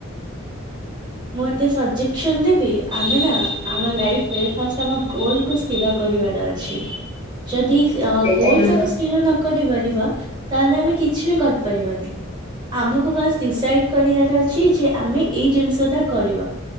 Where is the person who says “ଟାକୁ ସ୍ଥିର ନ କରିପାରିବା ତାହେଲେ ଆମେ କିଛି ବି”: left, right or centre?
Right